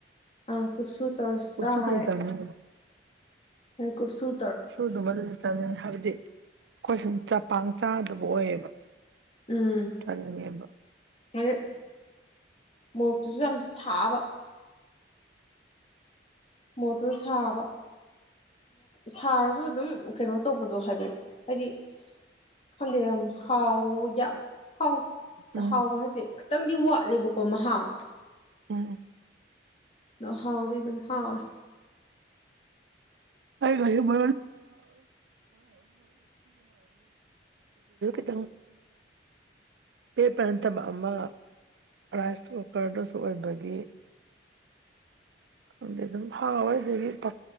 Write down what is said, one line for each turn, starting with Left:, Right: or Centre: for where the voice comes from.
Left: ꯑ ꯀꯨꯞꯁꯨ ꯇꯧꯔ
Right: ꯀꯨꯞꯁꯨꯇꯩ
Left: ꯆꯥꯔꯦ
Right: ꯆꯥꯅꯤꯡꯉꯦ
Left: ꯈꯨ ꯁꯨ
Right: ꯁꯨ ꯑꯗꯨꯃ ꯑꯗꯨ ꯆꯠꯅꯤꯡ ꯍꯥꯏꯕꯗꯤ ꯑꯩꯈꯣꯏ ꯁꯨꯝ ꯆꯄꯥꯡ ꯆꯥꯗꯕ ꯑꯣꯏꯌꯦꯕ
Left: ꯎꯝ
Right: ꯊꯉꯦꯃ
Left: ꯑꯗꯩ ꯃꯣꯔꯣꯛꯇꯨꯁꯨ ꯌꯥꯝ ꯁꯥꯕ ꯃꯣꯇꯣꯔ ꯁꯥꯕ ꯁꯥꯔꯁꯨ ꯑꯗꯨꯝ ꯀꯩꯅꯣ ꯇꯧꯕꯗꯣ ꯍꯥꯏꯐꯗꯤ ꯍꯥꯏꯗꯤ ꯈꯪꯗꯦꯔ ꯍꯥꯎꯗ ꯍꯥꯎ
Right: ꯎꯝ
Left: ꯍꯥꯎꯕ ꯍꯥꯏꯁꯦ ꯈꯤꯇꯪꯗꯤ ꯋꯥꯠꯂꯦꯕꯀꯣ ꯃꯍꯥꯎ
Right: ꯎꯝ
Left: ꯑ ꯍꯥꯎꯗꯤ ꯑꯗꯨꯝ ꯍꯥꯎꯣꯏ
Right: ꯑꯤ ꯌꯧꯒꯤꯛ <unintelligible> <unintelligible> ꯀ ꯀꯇ ꯄ ꯄꯔꯇꯝꯕ ꯔꯥꯏꯁ ꯀꯨꯀꯔꯗꯨꯁꯨ ꯑꯣꯏꯕꯒꯤ ꯑꯗꯨ ꯍꯥꯎꯗꯗꯤ ꯄ